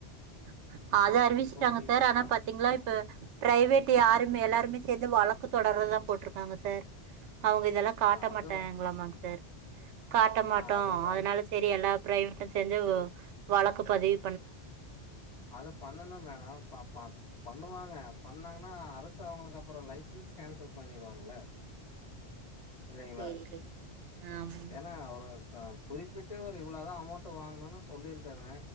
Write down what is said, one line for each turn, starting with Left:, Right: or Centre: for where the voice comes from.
Right: <inaudible> அது அறிவிஷ்ட்டாங்க
Left: கீப்பப்
Right: சார் ஆனா
Left: ப
Right: பாத்தீங்ளா இப்ப ப்ரைவேட் யாருமே எல்லாருமே சேந்து வழக் க்கு தொடரர்தா போட்ருக்காங்க சார் அவங்க இதெல்லா காட்ட
Left: அதுவு
Right: மாட்டாங்களாமாங்க சார் காட்ட மாட்டோ
Left: ஆ அது வள
Right: அதனால செரி எல்லா ப்ரைவேட்டு சேந்து ஒ வழக்கு பதிவ்
Left: அது பண்ணணு மேடம் ப பல பண்ணுவாங்க பண்ணாங்கன்னா அரசு அவுங்களுக்கு அப்புறோ லைசென்ஸ் கேன்சல் பண்ணிடுவாங்கள இல்லைங்ளா
Right: தெரிலைங் ஆமாங்க
Left: ஏனா அவரு அ குறிப்பிட்டு ஒரு இவ்ளோ தா அமௌண்டு வாங்கணுனு சொல்லிருக்காங்க